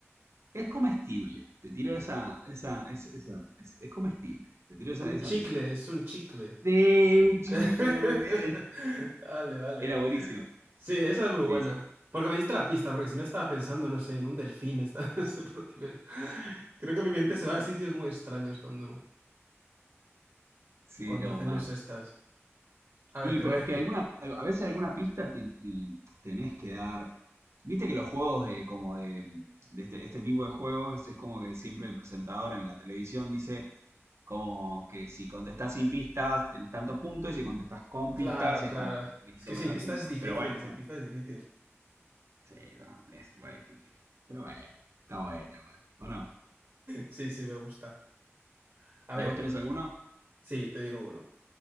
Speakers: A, on the right; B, on the right.
A: Es comestible. Te tiro esa, esa, es- esa, es, es comestible. Te tiro esa,
B: un
A: esa
B: chicle,
A: pista.
B: es un chicle.
A: Sí, un chicle,
B: <laughs>
A: muy bien.
B: Vale, vale.
A: Era buenísimo.
B: Sí, esa es muy buena.
A: Sí, sí,
B: Porque me diste la pista, porque si no estaba pensando, no sé, en un delfín, estaba- <laughs> no sé por qué, pero creo que mi mente se va a sitios muy extraños cuando,
A: sí,
B: cuando
A: no,
B: hacemos
A: mal.
B: estas. A ver,
A: Y
B: te
A: pero
B: voy a
A: es
B: decir.
A: que alguna, a a veces alguna pista te- te- tenés que dar. Viste que los juegos de como de, de este, este tipo de juegos es como que siempre el presentador en la televisión dice como que si contestás sin pistas tenés tantos puntos y si contestás con
B: Claro,
A: pistas es
B: claro.
A: como que un poquitito
B: Es que
A: menos
B: sin pistas
A: de puntos.
B: es difícil,
A: Pero bueno,
B: sin
A: bueno.
B: pistas es difícil. <laughs>
A: Sí, no, es re difícil. Pero bueno, está bueno igual. ¿O no?
B: Sí, sí, me gusta. A
A: ¿Y
B: ver,
A: vos tenés alguno?
B: sí, te digo uno.